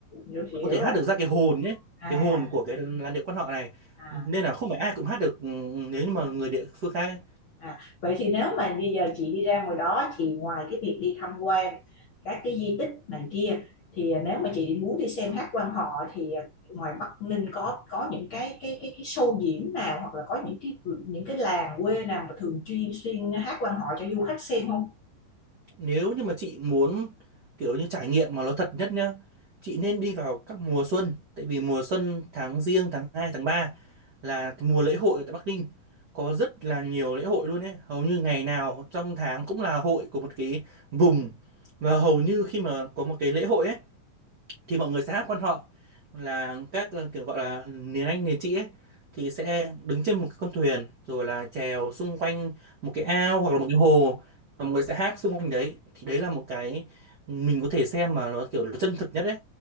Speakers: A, on the left; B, on the right.
A: hiểu chị
B: và có
A: hiểu
B: thể hát
A: rồi.
B: được ra cái hồn nhé
A: À,
B: cái hồn của cái làn điệu quan họ này
A: à.
B: nên là không phải ai cũng hát được ừ, ừ, nếu như mà người địa phương khác ấy.
A: À, vậy thì nếu mà bây giờ chị đi ra ngoài đó thì ngoài cái việc đi tham quan các cái di tích này kia thì nếu mà chị muốn đi xem hát quan họ thì ngoài Bắc Ninh có có những cái cái cái cái show diễn nào hoặc là có những cái những cái làng quê nào mà thường chuyên xuyên hát quan họ cho du khách xem không?
B: nếu như mà chị muốn kiểu như trải nghiệm mà nó thật nhất nhá chị nên đi vào các mùa xuân tại vì mùa xuân tháng giêng tháng hai tháng 3 là cái mùa lễ hội ở tại Bắc Ninh có rất là nhiều lễ hội luôn ấy hầu như ngày nào trong tháng cũng là hội của một cái vùng và hầu như khi mà có một cái lễ hội ấy thì mọi người sẽ hát quan họ là các ờ, kiểu gọi là miền Anh miền chị ấy thì sẽ đứng trên một cái con thuyền rồi là chèo xung quanh một cái ao hoặc là một cái hồ và mọi người sẽ hát xung quanh đấy thì đấy là một cái mình có thể xem mà nó kiểu nó chân thực nhất đấy